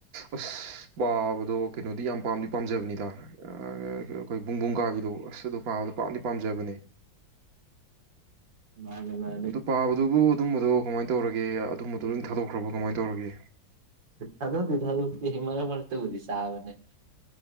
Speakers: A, on the right (about 50°); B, on the right (about 70°).
A: ꯑꯁ ꯄꯥꯕꯗꯣ ꯀꯩꯅꯣꯗꯤ ꯌꯥꯝ ꯄꯥꯝꯗꯤ ꯄꯥꯝꯖꯕꯅꯤꯗ ꯑꯩꯈꯣꯏ ꯄꯕꯨꯡꯕꯨꯡ ꯀꯥꯕꯤꯗꯣ ꯑꯁ ꯑꯣ ꯄꯥꯕꯗꯣ ꯄꯥꯝꯗꯤ ꯄꯥꯝꯖꯕꯅꯦ
B: ꯃꯥꯅꯦ ꯃꯥꯅꯦ
A: ꯑꯗꯨ ꯄꯥꯕꯗꯨꯕꯨ ꯑꯗꯨꯝꯕꯗꯣ ꯀꯃꯥꯏꯅ ꯇꯧꯔꯒꯦ ꯑꯗꯨꯝꯕꯗꯣ ꯂꯣꯏ ꯊꯥꯗꯣꯛꯈ꯭ꯔꯕꯣ ꯀꯃꯥꯏꯅ ꯇꯧꯔꯒꯦ
B: ꯊꯔꯗꯤꯤ ꯊꯔ ꯃꯔꯔ ꯃꯔ ꯇꯕꯨꯗꯤ ꯁꯥꯕꯅꯦ